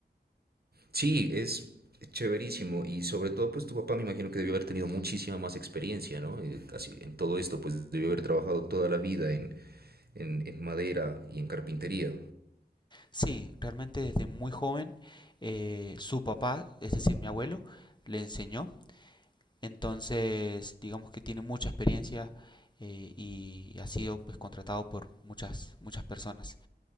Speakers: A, on the right; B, on the left.
A: Sí, es Chéverísimo. Y sobre todo, pues tu papá me imagino que debió haber tenido muchísima más experiencia, ¿no? Eh, Así, en todo esto, pues debió haber trabajado toda la vida en, en, en madera y en carpintería.
B: Sí, realmente desde muy joven eh, su papá, es decir, mi abuelo, le enseñó. Entonces, digamos que tiene mucha experiencia eh, y ha sido pues contratado por muchas muchas personas.